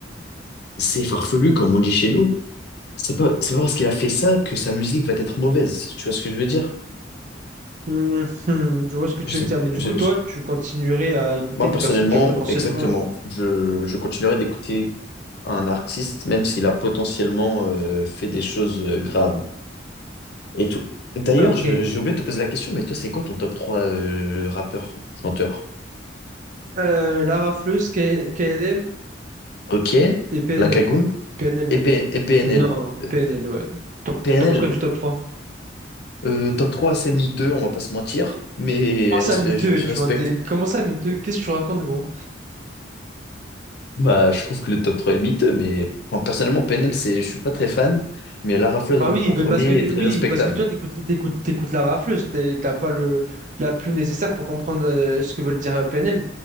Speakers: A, on the left; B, on the right.
A: assez farfelues, comme on dit chez nous. C'est pas, c'est pas parce qu'il a fait ça que sa musique va être mauvaise. Tu vois ce que je veux dire?
B: <laughs> hum, hum, je vois ce que tu
A: Je sais-
B: veux dire, mais du
A: je-
B: coup, toi,
A: je-
B: tu continuerais à écouter
A: moi,
B: une
A: personnellement,
B: personne qui a potentiellement...
A: exactement. Je, je continuerai d'écouter un artiste, même s'il a potentiellement euh, fait des choses euh, graves. Et tout. D'ailleurs,
B: Ah, Ok.
A: je- j'ai oublié de te poser la question, mais toi, c'est quoi ton top 3 euh, rappeur, chanteur?
B: Euh, Lara Fleuse, K- KLM
A: Ok,
B: et PNL.
A: La Cagoule
B: PNL.
A: et, P- et PNL.
B: Non,
A: Euh,
B: PNL, ouais. T'en
A: PNL,
B: t'en penses quoi du top trois
A: euh, top 3 c'est miteux, on va pas se mentir, mais
B: Comment ça
A: res-
B: miteux?
A: je, je
B: Tu
A: respecte.
B: vends des... Comment ça miteux? Qu'est-ce que tu racontes, gros?
A: Bah, je trouve que le top 3 est miteux, mais enfin, personnellement, PNL, c'est, je suis pas très fan, mais La Rafleuse
B: Bah
A: en,
B: oui,
A: en
B: bah
A: premier
B: parce que tu-
A: est très
B: oui,
A: respectable.
B: parce que toi, t'écoutes, t'écoutes, t'écoutes la rafleuse, t'es- t'as pas le la plume nécessaire pour comprendre euh, ce que veut le dire euh, PNL.